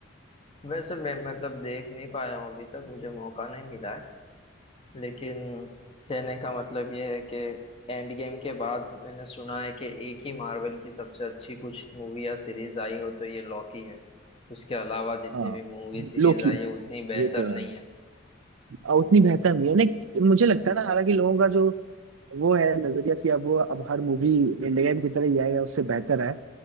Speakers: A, on the left; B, on the right.
A: वैसे मैं मतलब देख नहीं पाया हूँ अभी तक मुझे मौका नहीं मिला है लेकिन कहने का मतलब ये है कि एंड गेम के बाद मैंने सुना है कि एक ही मार्वल की सबसे अच्छी कुछ मूवी या सीरीज आई हो तो ये लॉकी है उसके अलावा जितनी
B: हाँ
A: भी मूवी सीरीज
B: लोकी
A: आई है उतनी बेहतर
B: ये तो
A: नहीं
B: है
A: है
B: आ, उतनी बेहतर नहीं है नहीं मुझे लगता है ना हालांकि लोगों का जो वो है नजरिया कि अब वो अब हर मूवी एंड गेम की तरह ही आएगा उससे बेहतर है